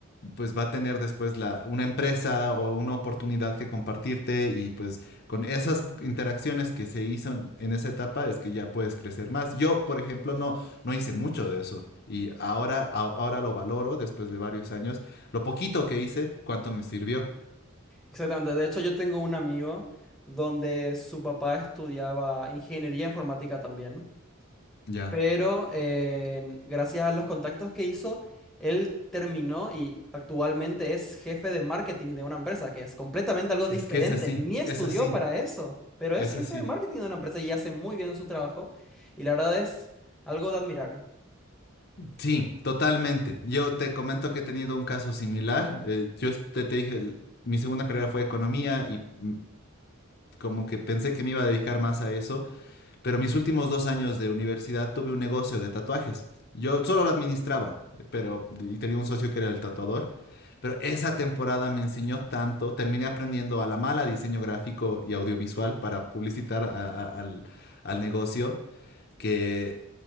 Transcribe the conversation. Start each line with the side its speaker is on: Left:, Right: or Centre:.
Left: pues va a tener después la, una empresa o una oportunidad que compartirte y pues con esas interacciones que se hizo en esa etapa es que ya puedes crecer más. Yo, por ejemplo, no, no hice mucho de eso y ahora, a- ahora lo valoro después de varios años, lo poquito que hice, cuánto me sirvió.
Centre: Exactamente, de hecho yo tengo un amigo donde su papá estudiaba ingeniería informática también.
Left: Ya.
Centre: pero eh, gracias a los contactos que hizo, él terminó y actualmente es jefe de marketing de una empresa, que es completamente algo
Left: Es
Centre: diferente,
Left: que es así,
Centre: ni estudió
Left: es así,
Centre: para eso, pero es
Left: es
Centre: jefe
Left: así.
Centre: de marketing de una empresa y hace muy bien su trabajo y la verdad es algo de admirar.
Left: Sí, totalmente. Yo te comento que he tenido un caso similar. eh, yo es- te, te dije, el- mi segunda carrera fue economía y mm, como que pensé que me iba a dedicar más a eso, pero mis últimos dos años de universidad tuve un negocio de tatuajes. Yo solo lo administraba, eh, pero y tenía un socio que era el tatuador, pero esa temporada me enseñó tanto. Terminé aprendiendo a la mala diseño gráfico y audiovisual para publicitar a- a- al al negocio que